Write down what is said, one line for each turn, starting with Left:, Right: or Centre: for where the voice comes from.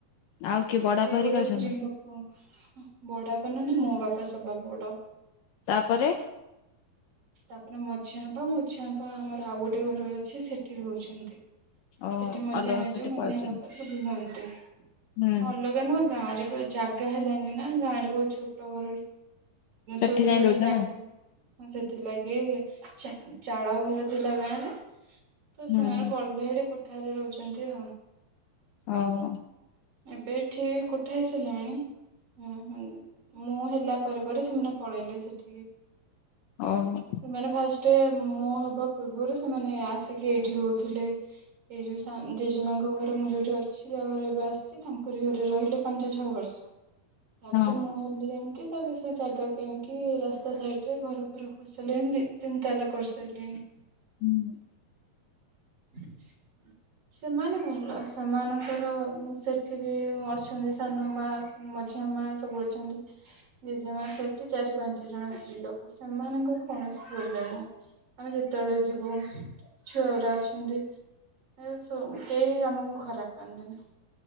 Left: ଆଉ କିଏ ବଡ
Right: ସିଏ
Left: ବାପା ହେରିକା
Right: ଗୋଟେ
Left: ଅଛନ୍ତି
Right: ସ୍ତ୍ରୀ ଲୋକ ବୂଡ ବାପା ନୁହନ୍ତି ମ ବାପା ସବା ବଡ଼।
Left: ତାପରେ?
Right: ତାପରେ ମଝିଆଁ ଆପା, ମଝିଆଁ ଆପା ଆମର ଆଉ ଗୋଟେ ଘର ଅଛି ସେଠି ରହୁଛନ୍ତି।
Left: ଓ
Right: ସେଠି ମଝିଆ
Left: ଅଲଗା
Right: ଜେଜ,
Left: ସେଠି
Right: ମଝିଆ
Left: ପଳେଇଛନ୍ତି
Right: ବାପା ସବୁ ରୁହନ୍ତି।
Left: ହୁଁ।
Right: ଅଲଗା ନୁହଁ ଗାଁରେ। ଜାଗା ହେଲାନି ନା, ଗାଁରେ ବହୁତ ଛୋଟ ଘର,
Left: ସେଠି
Right: ଛୋଟ
Left: ଯାଇ
Right: ଛୋଟ
Left: ରହୁଛ
Right: ଜାଗା।
Left: ନା
Right: ହଁ ସେଥିଲାଗି ଚା-ଚାଳ ଘର ଥିଲା ଗାଁରେ। ତ
Left: ହୁଁ
Right: ସେମାନେ ପଳେଇଲେ, ସେଠି କୋଠାଘରେ ରହୁଛନ୍ତି ଆଉ।
Left: ଆଉ
Right: ଏବେ ଏଠି କୋଠା ହେଇ ସାରିଲାଣି। ଉଁ ହୁଁ, ମୁଁ ହେଲା ପରେ ପରେ ସେମାନେ ପଳେଇଲେ ସେଠିକି।
Left: ଓହୋ।
Right: ସେମାନେ ଫାଷ୍ଟେ, ମୁଁ ହବା ପୂର୍ବରୁ ସେମାନେ ଆସିକି ଏଇଠି ରହୁଥିଲେ। ଏଇ ଯୋଉ ସା-ଜେଜେମାଙ୍କ ଘରେ ମୁଁ ଯୋଉଠି ଅଛି ଆଉ ଘରେ ଏବେ ଆ ସେ ତାଙ୍କରି ଘରେ ରହିଲେ ପାଞ୍ଚ ଛଅ ବର୍ଷ। ତା
Left: ହଁ।
Right: ପରେ ମୁଁ ହେଲି ଯେମିତି ତା ପରେ ସେ ଜାଗା କିଣିକି ରାସ୍ତା ସାଇଡରେ ଘର ଫର କରି ସାରିଲେଣି ଦି ତିନି ତାଲା କରିସାରିଲେଣି।
Left: ହୁଁ।
Right: <inaudible> ସେମାନେ ଭଲ। ସେମାନଙ୍କର ସେଠି ବି ଅଛନ୍ତି ସାନ ମା। ମଝିଆ ମା ସବୁ ଅଛନ୍ତି। ଜେଜେମା ସେଠି, ଚାରି ପାଞ୍ଚ ଜଣ ସ୍ତ୍ରୀ ଲୋକ। ସେମାନଙ୍କର କୌଣସି ପ୍ରୋବ୍ଲେମ ନାହିଁ। ଆମେ ଯେତେବେଳେ ଯିବୁ ଛୁଆଗୁରା ଏମିତି। ଏ ସୋ କେହି ଆମକୁ ଖରାପ ପାଆନ୍ତିନି।